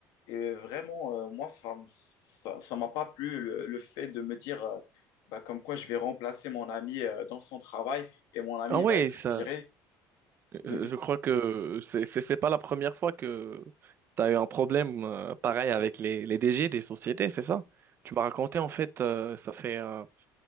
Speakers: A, on the left; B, on the right.
A: Et vraiment, euh, moi, ça m- ça, ça m'a pas plu le, le fait de me dire euh, bah, comme quoi je vais remplacer mon ami euh, dans son travail et mon ami
B: Ah oui,
A: va être
B: ça,
A: viré. <laughs>
B: euh, je crois que c'est, c'est c'est pas la première fois que tu as eu un problème euh, pareil avec les, les DG des sociétés, c'est ça? Tu m'as raconté, en fait, euh, ça fait, euh,